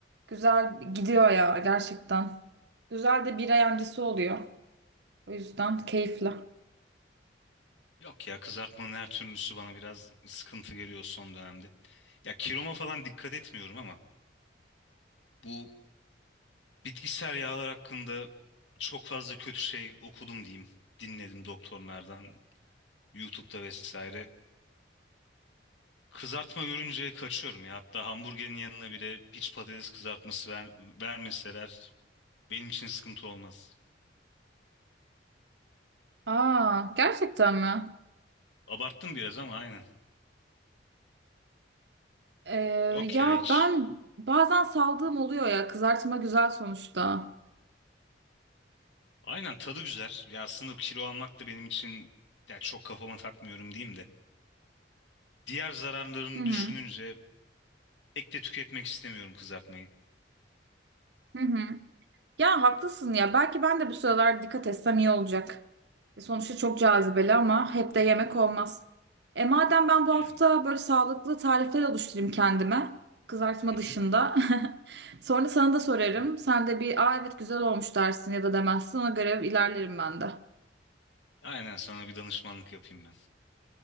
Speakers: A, on the right; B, on the left.
A: güzel gidiyor ya gerçekten. Güzel de bira yancısı oluyor. O yüzden keyifli.
B: Yok ya kızartmanın her türlüsü bana biraz sıkıntı geliyor son dönemde. Ya kiloma falan dikkat etmiyorum ama bu bitkisel yağlar hakkında çok fazla kötü şey okudum diyeyim. Dinledim doktorlardan, YouTube'da vesaire. Kızartma görünce kaçıyorum ya. Hatta hamburgerin yanına bile hiç patates kızartması ver, vermeseler benim için sıkıntı olmaz.
A: Aa, gerçekten mi?
B: Abarttım biraz ama aynen.
A: Ee,
B: Yok
A: ya
B: ya hiç.
A: ben bazen saldığım oluyor ya kızartma güzel sonuçta.
B: Aynen tadı güzel. Ya aslında kilo almak da benim için ya çok kafama takmıyorum diyeyim de. Diğer zararlarını
A: Hı hı.
B: düşününce pek de tüketmek istemiyorum kızartmayı.
A: Hı hı. Ya haklısın ya. Belki ben de bu sıralar dikkat etsem iyi olacak. E, Sonuçta çok cazibeli ama hep de yemek olmaz. E madem ben bu hafta
B: Yani.
A: böyle sağlıklı tarifler oluşturayım kendime. Kızartma
B: Hı
A: dışında.
B: hı.
A: <laughs> Sonra sana da sorarım.
B: Değil mi?
A: Sen de bir aa evet güzel olmuş dersin ya da demezsin. Ona göre ilerlerim ben de.
B: Aynen sana bir danışmanlık yapayım ben.